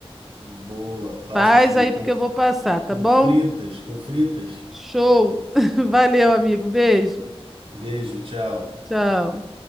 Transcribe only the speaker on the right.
Boa, faço
sim,
com,
com
fritas, com fritas.
Beijo, tchau.